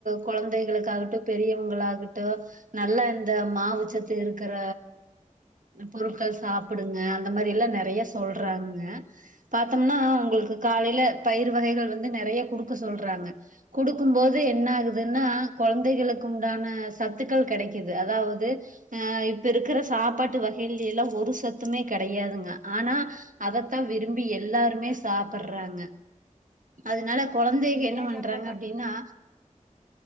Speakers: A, on the right; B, in the centre.
A: கொழந்தைகளுக்காகட்டு பெரியவங்களாகட்டு நல்ல இந்த மாவுச்சத்து இருக்குற பொருட்கள் சாப்புடுங்க அந்த மாரி எல்லா நெறைய சொல்றாங்க பாத்தோம்னா அவ்ங்களுக்கு காலைல பயிர் வகைகள் வந்து நெறைய குடுக்க சொல்றாங்க குடுக்கும்போது என்ன ஆகுதுன்னா கொழந்தைகளுக்குண்டான சத்துக்கள் கெடைக்கிது அதாவ்து ஆ இப்ப இருக்குற சாப்பாட்டு வ கைல்லா ஒரு சத்துமே கெடையாதுங்க ஆனா அதத்தா விரும்பி எல்லாருமே சாப்பர்றாங்க அதுனால கொழந்தைங்க
B: அது
A: என்ன
B: ஏன்
A: பண்றாங்க
B: சாப்பிட்றா
A: அப்டின்னா